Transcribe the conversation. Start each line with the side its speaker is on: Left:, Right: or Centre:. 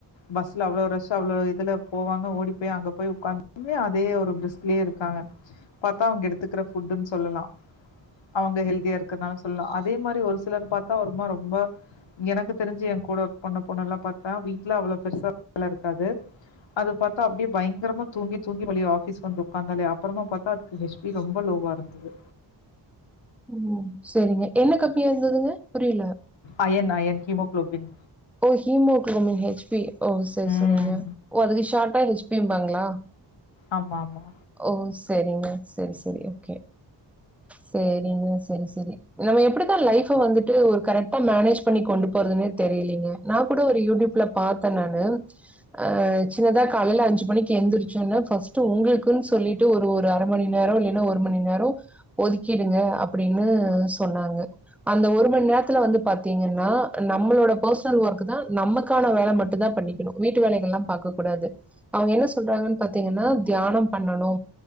Left: பஸ்ல அவ்ளோ ரஷ் அவ்ளோ இதுல போவங்க ஓடி போய் அங்க போய் உக்காந் ன்மே அதே ஒரு பிரிஸ்க்லயே இருக்காங்க பாத்தா அவங்க எடுத்துக்குற ஃபுட்டுன்னு சொல்லலா அவுங்க ஹெல்தியா இருக்கனாலு சொல்லலா அதே மாதிரி ஒரு சிலர் பாத்தா ஒருமா ரொம்ப எனக்கு தெரிஞ்சு எங் கூட ஒர்க் பண்ண பொண்ணல்லா பாத்தா வீட்ல அவ்ளோ பெருசா வேலருக்காது அது பாத்தா அப்டியே பயங்கரமா தூங்கி தூங்கி வழியு ஆஃபிஸ் வந்து உக்காந்தாலே அப்பறமாபாத்தா அதுக்கு ஹெச் பி ரொம்ப லோவாருந்தது
Centre: ம் செரிங்க என்ன கம்மியா இருந்ததுங்க புரியில
Left: அயன் அயன் ஹீமோகுளோபின்
Centre: ஓ ஹிமோகுளோமின் ஹெச் பி ஓ செரி
Left: ம்.
Centre: செரிங்க ஓ அதுக்கு ஷார்ட்டா ஹெச் பிம்பாங்ளா
Left: ஆமா ஆமா
Centre: ஓ செரிங்க செரி செரி ஓகே செரிங்க செரி செரி நம்ம எப்படிதா லைஃப வந்துட்டு ஒரு கரெக்டா மேனேஜ் பண்ணி கொண்டு போறதுன்னே தெரிலீங் நா கூட ஒரு யூடியூப்ல பாத்த நானு ஆ சின்னதா காலையில அஞ்சு மணிக்கி எழுந்திரிச்சோன்னா ஃபஸ்ட்டு உங்களுக்குன்னு சொல்லிட்டு ஒரு ஒரு அரை மணி நேரோ இல்லன்னா ஒரு மணி நேரோ ஒதுக்கிடுங்க அப்டின்னு சொன்னாங்க அந்த ஒரு மணி நேரத்துல வந்து பாத்தீங்கன்னா நம்மளோட பர்சனல் ஒர்க் தா நமக்கான வேல மட்டுதா பண்ணிக்கணு வீட்டு வேலைகள்லா பாக்க கூடாது அவுங்க என்ன சொல்றாங்கன்னு பாத்தீங்கன்னா தியானோ பண்ணணு